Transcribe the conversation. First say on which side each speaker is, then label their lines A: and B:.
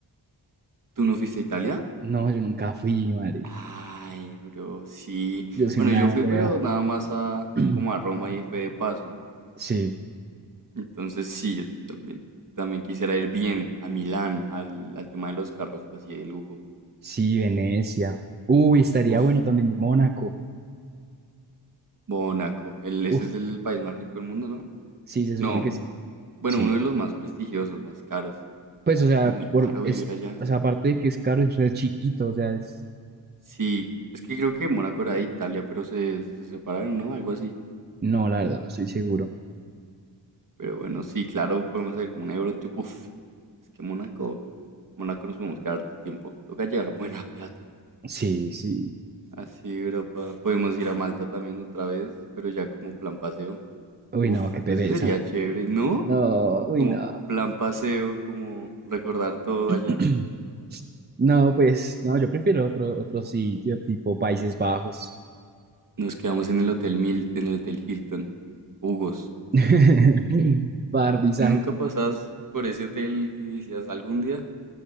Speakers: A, on the right (about 45°); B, on the right (about 25°).
A: ¿Tú no fuiste a Italia?
B: No, yo nunca fui, madre.
A: Ay, bro, sí.
B: Yo soy
A: Bueno,
B: una
A: yo fui,
B: wea.
A: pero nada más a
B: <clears throat>
A: como a Roma y fue de paso.
B: Sí.
A: Entonces sí, yo también, también quisiera ir bien a Milán, al, al tema de los carros así de lujo.
B: Sí, Venecia. Uy, estaría
A: Uf,
B: bueno también Mónaco.
A: Mónaco. El, ese
B: Uf,
A: es el país más rico del mundo, ¿no?
B: sí, se supone
A: No,
B: que sí.
A: Bueno,
B: Sí.
A: uno de los más prestigiosos, más caros.
B: Pues, o sea,
A: Es que es muy caro
B: por,
A: vivir
B: es,
A: allá.
B: o sea, aparte de que es caro, es re chiquito, o sea, es...
A: Sí, es que creo que Mónaco era de Italia, pero se, se separaron, ¿no? Algo así.
B: No, la verdad, no estoy seguro.
A: Pero bueno, sí, claro, podemos hacer como un euro, tipo, uf, es que Mónaco, Mónaco nos podemos quedar harto tiempo. Toca llevar buena plata.
B: Sí, sí.
A: Así, Europa. Podemos ir a Malta también otra vez, pero ya como plan paseo.
B: Uy,
A: Uf,
B: no, qué pereza.
A: eso sería chévere, ¿no?
B: No, uy,
A: Como
B: no.
A: plan paseo, como recordar todo
B: <laughs>
A: allá.
B: No, pues, no, yo prefiero otro, otro sitio, tipo Países Bajos.
A: Nos quedamos en el Hotel Mil, en el Hotel Hilton. Hugos.
B: <laughs> Para dar visaje.
A: Nunca pasabas por ese hotel y decías algún día.